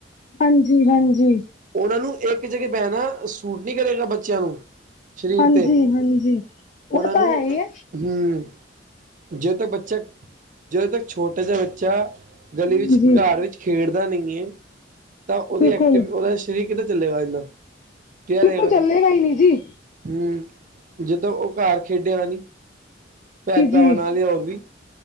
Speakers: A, on the left; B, on the right.
A: ਹਾਂਜੀ-ਹਾਂਜੀ
B: ਉਹਨਾਂ ਨੂੰ ਇੱਕ ਜਗਾ ਬਹਿਣਾ ਸੂਟ ਨੀ ਕਰੇਗਾ ਬੱਚਿਆਂ ਨੂੰ। ਸਰੀਰ
A: ਹਾਂਜੀ
B: ਤੇ,
A: ਹਾਂਜੀ ਉਹ
B: ਉਹਨਾਂ
A: ਤਾਂ
B: ਨੂੰ
A: ਹੈ ਹੀ ਹੈ
B: ਹਮ। ਜੇ ਤੇ ਬੱਚਾ ਜੇ ਤੱਕ ਛੋਟਾ ਬੱਚਾ ਗਲੀ
A: ਹਾਂਜੀ
B: ਵਿੱਚ ਘਰ ਵਿੱਚ ਖੇਡਦਾ ਨਹੀ ਹੈ ਤਾਂ ਉਹਦੀ
A: ਬਿਲਕੁਲ
B: ਐਕਟੀਵ ਉਹਰਾ ਸਰੀਰ ਕਿੱਧਾਂ ਚੱਲੇਗਾ ਇੰਨਾ ਪਿਆ
A: ਬਿਲਕੁਲ
B: ਰਹੇਗਾ
A: ਚੱਲੇਗਾ
B: ਤੇ।
A: ਹੀ ਨਹੀਂ ਜੀ
B: ਹਮ ਜੇ ਤੋ ਉਹ ਘਰ ਖੇਡਿਆ ਨੀ ਭੈਣ
A: ਜੀ
B: ਭਰਾਵਾ
A: ਜੀ
B: ਨਾਲ ਹੀ ਹੋਰ ਵੀ